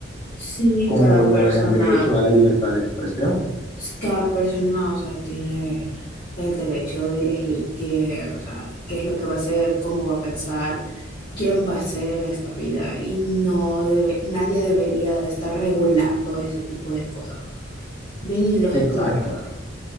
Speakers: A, on the left; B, on the left.
A: sí,
B: como
A: cada
B: lo
A: persona.
B: es el derecho a la libertad de expresión.
A: es- cada persona, o sea, tiene el derecho de elegir qué, o sea, qué es lo que va a hacer, cómo va a pensar, quién va a ser en esta vida y no debe, nadie debería de estar regulando ese tipo de cosas. Bien ilógico,
B: Exacto.
A: la verdad.